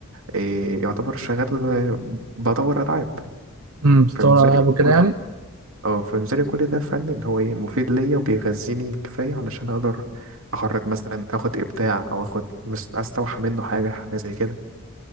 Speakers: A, on the right; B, on the right.
A: إيه يعتبر شغال آه، بدور العاب
B: امم بتطور
A: فبالنسبه
B: على العاب
A: لي
B: وكده
A: كل
B: يعني
A: اه فبالنسبة لي كل ده فن اللي هو ايه مفيد ليا وبيغذيني كفاية علشان اقدر اخرج مثلا اخد ابداع او اخد مس- استوحى منه حاجة حاجة زي كده